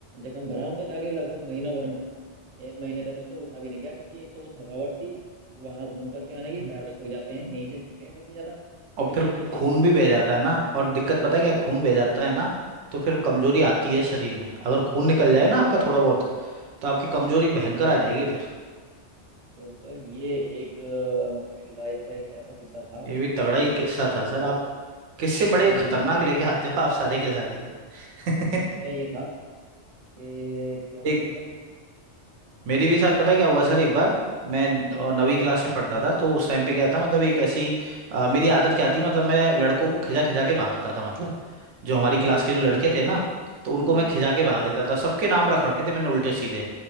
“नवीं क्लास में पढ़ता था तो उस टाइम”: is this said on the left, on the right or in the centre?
Right